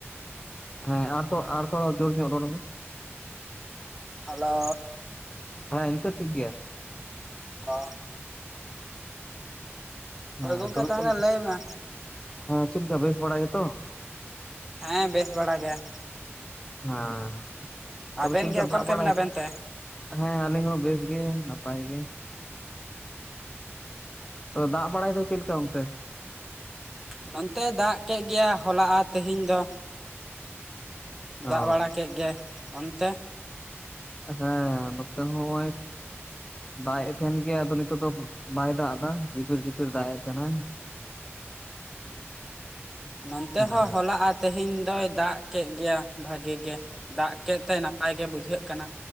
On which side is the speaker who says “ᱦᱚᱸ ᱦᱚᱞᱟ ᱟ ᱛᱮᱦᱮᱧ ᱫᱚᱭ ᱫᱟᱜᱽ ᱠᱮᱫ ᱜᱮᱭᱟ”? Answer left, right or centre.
Centre